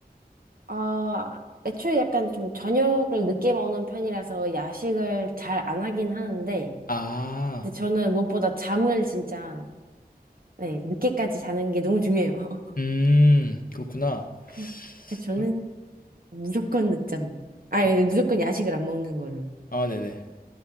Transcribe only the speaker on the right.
아, 애초에 약간 좀 저녁을 늦게 먹는 편이라서 야식을 잘 안 하긴 하는데,
근데 저는 무엇보다 잠을 진짜 네, 늦게까지 자는 게 너무 중요해요. <laughs>
그래서, 그래서 저는
무조건 늦잠. 아,
이거 무조건 야식을 안 먹는 걸로.